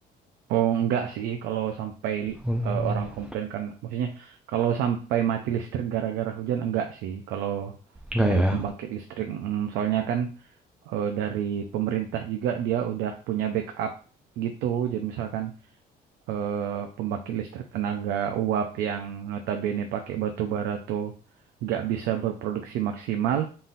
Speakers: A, on the right; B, in the centre.
A: Oh enggak sih kalau sampai
B: Mmm,
A: eh, orang komplain kan maksudnya kalau sampai mati listrik gara-gara hujan enggak sih kalau
B: nggak
A: dari
B: ya?
A: pembangkit listrik mm, soalnya kan eh, dari pemerintah juga dia udah punya backup gitu jadi misalkan eh, pembangkit listrik tenaga uap yang notabene pakai batu bara tuh nggak bisa berproduksi maksimal,